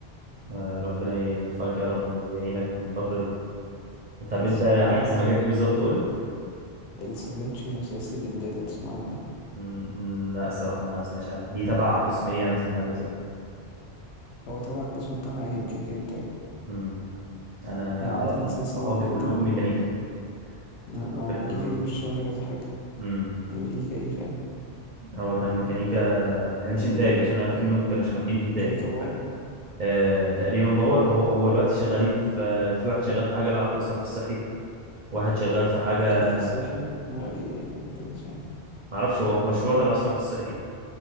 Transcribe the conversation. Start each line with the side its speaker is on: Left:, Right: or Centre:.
Right: آه، ربنا يوفقك يا رب ويعينك في الفتره دي طب
Left: بس
Right: انت عايز
Left: المجال بقى
Right: مجال ايه بالظبط قلت
Left: السبلاي تشين أو سلاسل الإمداد لو تسمع عنها
Right: مم، مم، لا الصراحه ما اسمعش عنها دي تبع قسم ايه مثلا في هندسه
Left: هو تبع القسم بتاعنا عادي ميكانيكا إنتاج
Right: مم. انا
Left: يعني
Right: اعرف
Left: عامة
Right: إن
Left: سلاسل
Right: صحابي
Left: الإمداد
Right: كلهم
Left: دي
Right: ميكانيكا
Left: ما
Right: عارفين
Left: هو ميكانيكا
Right: كلهم
Left: دي مش شاملة كذا حاجة
Right: امم
Left: يعني ميكانيكا إيه فاهم
Right: هو كانوا ميكانيكا هي مش انتاج عشان انا فاكر انهم ما كانوش حابين انتاج
Left: ميكانيكا
Right: او
Left: باور
Right: حاجه آه تقريبا باور هو هو دلوقتي شغالين في في واحد شغال في حاجه لها علاقه بالصرف الصحي واحد شغال في حاجه
Left: صرف الصحي غريب يعني ده مش عارف
Right: ما اعرفش هو في مشروع تبع الصرف الصحي